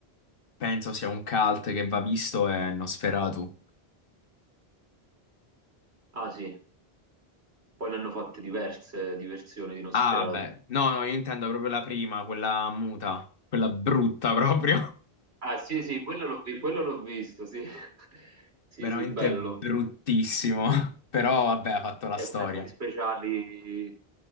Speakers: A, on the left; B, on the right.
A: penso sia un cult che va visto è Nosferatu.
B: Ah sì, poi ne hanno fatte diverse di versioni di Nosferatu.
A: Ah, vabbè. No, no, io intendo proprio la prima, quella muta, quella brutta proprio.
B: Ah sì, sì, quello l'ho vi- quello l'ho visto, sì. <laughs> Sì,
A: veramente
B: sì, bello.
A: bruttissimo, <laughs> però vabbè, ha fatto la
B: effetti
A: storia.
B: speciali,